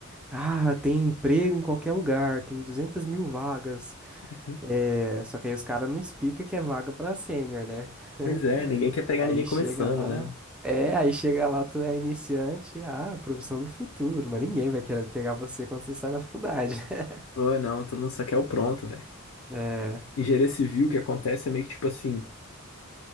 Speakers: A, in the centre; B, on the left.
A: ah, tem emprego em qualquer lugar, tem 200 mil vagas.
B: Uhum.
A: É, só que aí os caras não explicam que é vaga pra sênior, né? <laughs>
B: Pois é, ninguém quer pegar
A: Aí
B: ninguém começando,
A: chega lá.
B: né?
A: É, aí chega lá, tu é iniciante, ah, profissão do futuro, mas ninguém vai querer pegar você quando você sai da faculdade. <laughs>
B: Pô, não, todo mundo só quer o pronto, velho.
A: É.
B: Engenharia civil, o que acontece é meio que tipo assim,